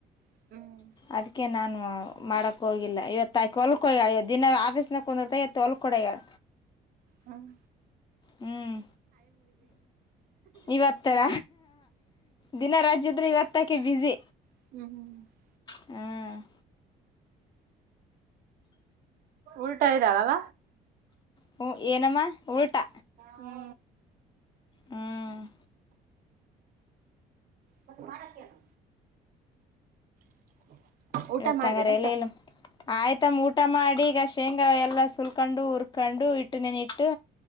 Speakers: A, on the right; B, on the left.
A: ಹ್ಮ್
B: ಅದಕ್ಕೆ ನಾನು ಮಾಡಕ್ ಹೋಗಿಲ್ಲ ಇವತ್ತು ಆ ಹೊಲ್ಕೋಳ ಇವ ದಿನ ಆಫೀಸ್ನ ಕುಂದಿರ್ತ ಇವತ್ತು ಹೊಲ್ಕ ಕೊಡಗಾಳ
A: ಹ್ಮ್
B: ಹ್ಮ್ ಇವತ್ತರ ದಿನರಾಜ್ಯದ್ರೆ ಇವತ್ತಾಕ್ಕೆ ಬಿಜಿ
A: ಹ್ಮ್
B: ಹ್ಮ್
A: ಉಲ್ಟಾ ಇದ್ದಾಳಲಾ
B: ಹ್ಞೂ ಏನಮ್ಮ ಉಲ್ಟಾ
A: ಹ್ಮ್ಮ
B: ಹ್ಮ್
A: ಮತ್ತ ಮಾಡಕ್ಕ ಹೇಳ್ <inaudible>
B: ಇವತ್ತಂಗ
A: ಮಾಡ್ದೇನಕ್ಕ
B: ರ ಏನು ಆಯ್ತಮ್ಮ ಊಟ ಮಾಡಿ ಈಗ ಶೇಂಗಾ ಎಲ್ಲಾ ಸುಲ್ಕೊಂಡು ಹುರ್ಕೊಂಡು ಇಟ್ಟು ನೆನ ಇಟ್ಟು